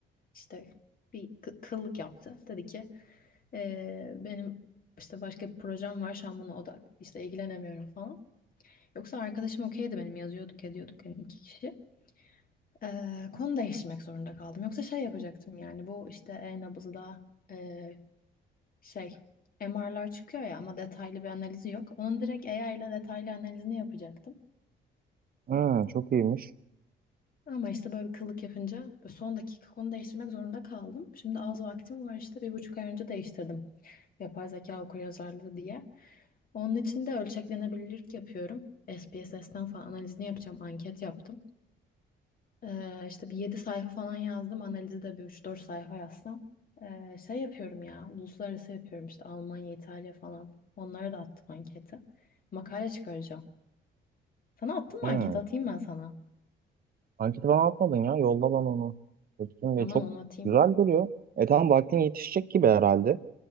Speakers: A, on the left (about 45°); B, on the right (about 50°).
A: İşte bir kı- kıllık yaptı. Dedi ki eee, benim işte başka bir projem var şu an buna odak işte ilgilenemiyorum falan. Yoksa arkadaşım okeydi benim yazıyorduk ediyorduk hani iki kişi. Eee, konu değiştirmek zorunda kaldım. Yoksa şey yapacaktım yani bu işte e-nabızda eee, şey MR'lar çıkıyor ya ama detaylı bir analizi yok. Onun direkt AI ile detaylı analizini yapacaktım.
B: Hmm, çok iyiymiş.
A: Ama işte böyle bir kıllık yapınca böyle son dakika konu değiştirmek zorunda kaldım. Şimdi az vaktim var işte bir buçuk ay önce değiştirdim. Yapay zeka okuryazarlığı diye. Onun için de ölçeklenebilirlik yapıyorum. SPSS'ten falan analizini yapacağım. Anket yaptım. Ee, işte bir 7 sayfa falan yazdım. Analizi de bir üç dört sayfa yazsam. Ee, şey yapıyorum ya. Uluslararası yapıyorum işte Almanya, İtalya falan. Onlara da attım anketi. Makale çıkaracağım. Sana attım mı
B: Hmm.
A: anketi? Atayım ben sana.
B: Anketi bana atmadın ya. Yolla bana onu. Bakayım
A: Tamam
B: ve çok
A: onu atayım.
B: güzel duruyor. E tamam vaktin yetişecek gibi herhalde.